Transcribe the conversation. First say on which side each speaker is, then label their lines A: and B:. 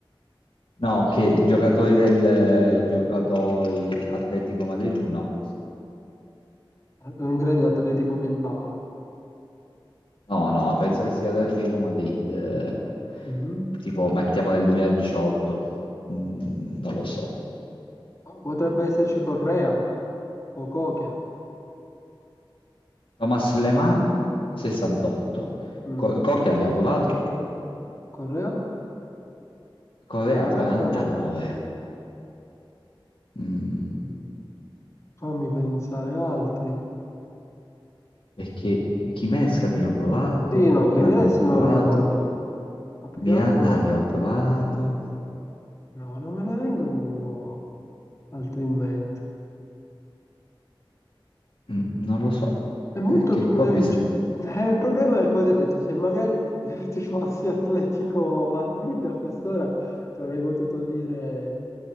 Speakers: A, on the left (about 75°); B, on the left (about 35°).
A: No, che giocatori del giocatori Atletico Madrid? No.
B: Eh, Non credo Atletico Bilbao.
A: No, no, penso che sia Atletico Madrid. eh,
B: Mhm.
A: Tipo, mettiamo del 2018. Mm, non lo so.
B: Oh, Potrebbe esserci Correa o Coche.
A: Thomas Lemar 68.
B: Mm.
A: Co- Cocchi
B: Co-
A: l'abbiamo provato.
B: Correa
A: Correa
B: 49.
A: 49. Mm.
B: Fammi pensare altri.
A: Perché Jimenez l'abbiamo provato,
B: Sì, no,
A: Koch
B: Gimenez
A: l'abbiamo provato,
B: me lo ricordo, ma più
A: Miranda
B: che altro
A: l'abbiamo provato,
B: no, non me ne vengono altri in mente.
A: Mm, non lo so,
B: È molto...
A: perché
B: tu-
A: qua
B: eh,
A: bisogna...
B: cioè, eh, il problema è come ti ho detto, se magari <laughs> ti fossi Atletico Madrid a quest'ora ti avrei potuto dire...